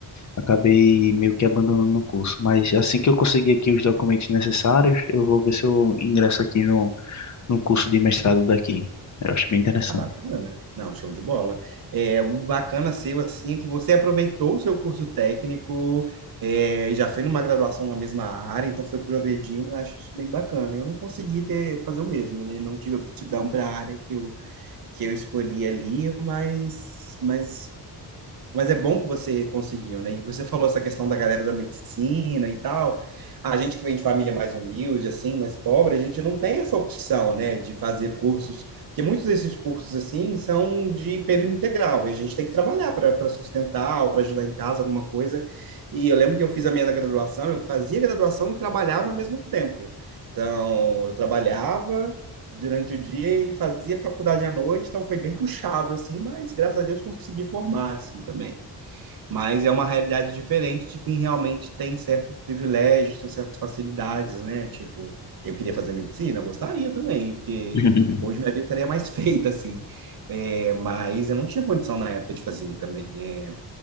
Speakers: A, on the left; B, on the right.
A: Acabei meio que abandonando o curso, mas assim que eu conseguir aqui os documentos necessários, eu vou ver se eu ingresso aqui no, no curso de mestrado daqui. Eu acho bem interessante.
B: ah, bacana, né? Não, show de bola. É, o bacana seu, assim, é que você aproveitou o seu curso técnico é, e já foi numa graduação na mesma área, então foi progredindo, eu acho isso bem bacana. Eu não consegui ter, fazer o mesmo, né? Não tive aptidão para a área que eu, que eu escolhi ali, mas, mas Mas é bom que você conseguiu, né? E você falou essa questão da galera da medicina e tal. A gente que vem de família mais humilde, assim, mais pobre, a gente não tem essa opção, né, de fazer cursos, porque muitos desses cursos, assim, são de período integral, e a gente tem que trabalhar para para sustentar ou para ajudar em casa, alguma coisa. E eu lembro que eu fiz a minha graduação, eu fazia graduação e trabalhava ao mesmo tempo. Então, eu trabalhava durante o dia e fazia faculdade à noite, então foi bem puxado, assim, mas graças a Deus consegui formar, assim, também mas é uma realidade diferente de quem realmente tem certos privilégios, tem certas facilidades, né? Tipo, eu queria fazer medicina, eu gostaria também, porque
A: <laughs>
B: hoje minha vida estaria mais <laughs> feita, assim, É, mas eu não tinha condição na época de fazer também. É,